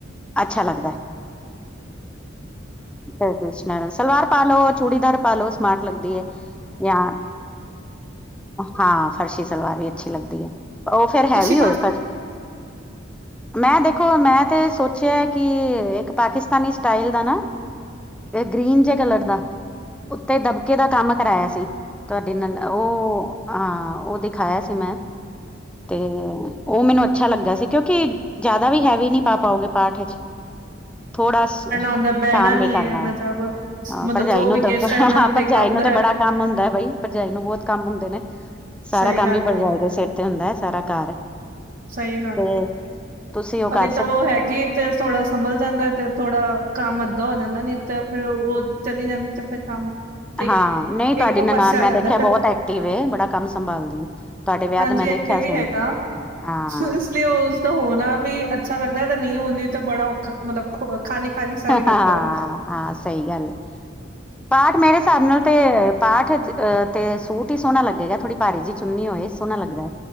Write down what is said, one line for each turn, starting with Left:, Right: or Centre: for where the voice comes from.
Centre: ਅੱਛਾ ਲੱਗਦਾ, ਟਰਡੀਸ਼ਨਲ ਸਲਵਾਰ ਪਾ ਲੋ ਚੂੜੀਦਾਰ ਪਾਲੋ ਸਮਾਰਟ ਲੱਗਦੀ ਏ। ਜਾਂ ਹਾਂ ਫਰਸ਼ੀ ਸਲਵਾਰ ਵੀ ਅੱਛੀ ਲੱਗਦੀ ਏ। ਉਹ ਫੇਰ ਹੈਵੀ
Right: ਤੁਸੀਂ
Centre: ਹੋਏ ਪਰ ਮੈਂ ਦੇਖੋ ਮੈਂ ਤੇ ਸੋਚਿਆ ਕਿ ਇੱਕ ਪਾਕਿਸਤਾਨੀ ਸਟਾਈਲ ਦਾ ਨਾ ਇਹ ਗ੍ਰੀਨ ਜਿ ਕਲਰ ਦਾ ਉੱਤੇ ਦਬਕੇ ਦਾ ਕੰਮ ਕਰਾਇਆ ਸੀ। ਤੁਹਾਡੇ ਨਾਲ ਉਹ ਹਾਂ ਉਹ ਦਿਖਾਇਆ ਸੀ ਮੈਂ ਤੇ ਉਹ ਮੈਨੂੰ ਅੱਛਾ ਲੱਗਾ ਸੀ ਕਿਉਂਕਿ ਜਿਆਦਾ ਵੀ ਹੈਵੀ ਨੀ ਪਾਓਗੇ ਪਾਠ ਵਿੱਚ ਥੋੜਾ
Right: ਹੁੰਦਾ ਬਹਿਣਾ
Centre: ਕੰਮ
Right: ਨੀ
Centre: ਵੀ ਕਰਨਾ
Right: ਹੈ ਮਤਲਬ
Centre: ਹੈ
Right: ਮਤਲਬ
Centre: ਭਰਜਾਈ
Right: ਜੋ
Centre: ਨੂੰ
Right: ਵੀ
Centre: ਤਾਂ
Right: ਗੈਸਟ ਹੈ
Centre: ਹਾਂ
Right: ਉਹਨਾਂ ਨੂੰ ਦੇਖਣਾ
Centre: ਭਰਜਾਈ
Right: ਹੁੰਦਾ
Centre: ਨੂੰ ਤੇ
Right: ਹੈ,
Centre: ਬੜਾ ਕੰਮ ਹੁੰਦਾ ਬਾਈ ਭਰਜਾਈ ਨੂੰ ਬਹੁਤ ਕੰਮ ਹੁੰਦੇ ਨੇ। ਸਾਰਾ
Right: ਸਹੀ
Centre: ਕੰਮ
Right: ਗੱਲ
Centre: ਹੀ
Right: ਹੈ।
Centre: ਭਜਏ ਦੇ ਸਿਰ ਤੇ ਹੁੰਦਾ ਹੈ ਸਾਰਾ ਘਰ ਫੇਰ
Right: ਸਹੀ ਗੱਲ ਹੈ,
Centre: ਤੁਸੀਂ ਉਹ ਕਰ
Right: ਅਭੀ ਉਹ ਹੈਗੀ ਤੇ ਥੋੜਾ ਸੰਭਲ ਜਾਂਦਾ ਤੇ ਥੋੜਾ ਕੰਮ ਅੱਧਾ ਹੋ ਜਾਂਦਾ ਨੀ ਤੇ ਫੇਿਰ ਉਹ ਚਲੀ ਜਾਂਦੀ ਚ ਫੇਰ ਕੰਮ ਇੱਕ
Centre: ਹਾਂ ਨਹੀਂ ਤੁਹਾਡੀ
Right: ਇੱਕੋ
Centre: ਨਨਾਣ
Right: ਪਾਸੇ ਆ
Centre: ਮੈਂ ਦੇਖਿਆ
Right: ਜਾਂਦਾ ਹੈ,
Centre: ਬਹੁਤ ਐਕਟਿਵ ਬੜਾ ਕੰਮ ਸੰਭਾਲਦੀ। ਵਿਆਹ
Right: ਹਾਂਜੀ,
Centre: ਤੇ ਮੈਂ ਦੇਖਿਆ
Right: ਐਕਟਿਵ ਵੀ
Centre: ਸੀ
Right: ਹੈਗਾ,
Centre: ਹਾਂ
Right: ਇਸ ਲਈ ਉਸ ਹੋਣਾ ਵੀ ਅੱਛਾ ਲੱਗਦਾ ਤੇ ਨਹੀਂ ਹੁੰਦੀ, ਤੇ ਬੜਾ ਔਖਾ ਮਤਲਬ ਖਾਲੀ ਖਾਲੀ ਸ ਵੀ ਲੱਗਦਾ
Centre: ਹਾਂ
Right: ਹੈ।
Centre: ਹਾਂ ਸਹੀ ਗੱਲ, ਪਾਠ ਮੇਰੇ ਹਿਸਾਬ ਨਾਲ ਤੇ ਪਾਠ ਅਹ ਤੇ ਸੂਟ ਹੀ ਸੋਹਣਾ, ਲੱਗੇਗਾ ਥੋੜ੍ਹੀ ਭਾਰੀ ਜਿ ਚੁੰਨੀ ਹੋਏ। ਸੋਹਣਾ ਲੱਗਦਾ ਹੈ,